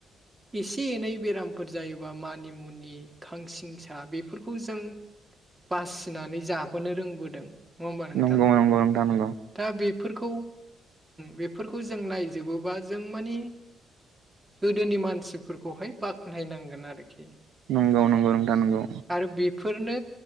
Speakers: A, on the right; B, on the right.
A: एसे एनै बेराम फोर जायोबा मानि मुनि खांसिंसा बेफोरखौ जों बासिनानै जाबोनो रोंबोदों नङा होमबा नोंथां
B: नंगौ नोंथां नंगौ
A: दा बे बेफोरखौ बेफोरखौ जों नायजोबोबा जों मानि गोदोनि मानसिफोरखौहाय बाखोनायनांगोन आरोखि।
B: नंगौ नंगौ नोंथां नंगौ।
A: आरो बेफोरनो